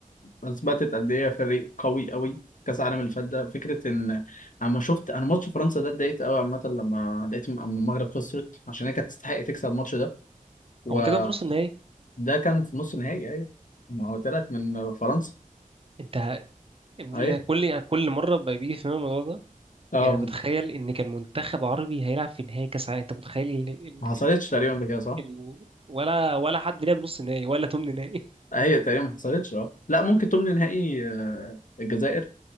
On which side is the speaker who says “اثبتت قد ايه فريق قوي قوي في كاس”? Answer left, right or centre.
Left